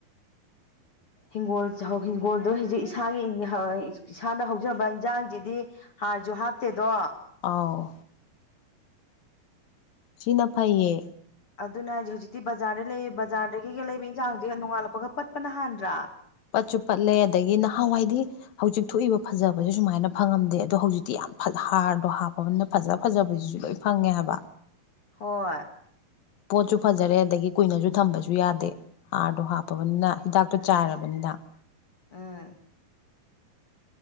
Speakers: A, on the left (about 40°); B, on the left (about 75°).
A: ꯍꯤꯡꯒꯣꯜ ꯍꯤꯡꯒꯣꯜꯗꯣ ꯍꯧꯖꯤꯛ ꯏꯁꯥꯒꯤ ꯏꯁꯥꯗ ꯍꯧꯖꯕ ꯏꯟꯖꯥꯡꯖꯤꯗꯤ ꯍꯥꯔꯁꯨ ꯍꯥꯞꯇꯦꯗꯣ
B: ꯑꫭ ꯁꯤꯅ ꯐꯩꯌꯦ
A: ꯑꯗꯨꯅ‌ꯦ ꯍꯥꯏꯖ‌ꯦ ꯍꯧꯖꯤꯛꯇꯤ ꯕꯖꯥꯔ ꯂꯩ ꯕꯖꯥꯔꯗꯒꯤꯒ ꯂꯩꯕ ꯏꯟꯖꯥꯡꯗꯨꯗꯤꯒ ꯅꯣꯡꯉꯥꯜꯂꯛꯄꯒ ꯄꯠꯄꯅ ꯍꯥꯟꯗ꯭ꯔꯥ
B: ꯄꯠꯁꯨ ꯄꯠꯂꯦ ꯑꯗꯒꯤ ꯅꯍꯥꯟꯋꯥꯏꯗꯤ ꯍꯧꯖꯤꯛ ꯊꯣꯛꯏꯕ ꯐꯖꯕꯁꯦ ꯁꯨꯃꯥꯏꯅ ꯐꯪꯉꯝꯗꯦ ꯑꯗꯣ ꯍꯧꯖꯤꯛꯇꯤ ꯍꯥꯔꯗꯣ ꯍꯥꯞꯄꯅꯤꯅ ꯐꯖ ꯐꯖꯕꯁꯤꯁꯨ ꯂꯣꯏ ꯐꯪꯉꯦ ꯍꯥꯏꯕ
A: ꯍꯣꯏ
B: ꯄꯣꯠꯁꯨ ꯐꯖꯔꯦ ꯑꯗꯒꯤ ꯀꯨꯏꯅꯁꯨ ꯊꯝꯕꯁꯨ ꯌꯥꯗꯦ ꯍꯥꯔꯗꯣ ꯍꯥꯞꯄꯕꯅꯤꯅ ꯍꯤꯗꯥꯛꯇꯣ ꯆꯥꯏꯔꯕꯅꯤꯅ ꯗ
A: ꯑ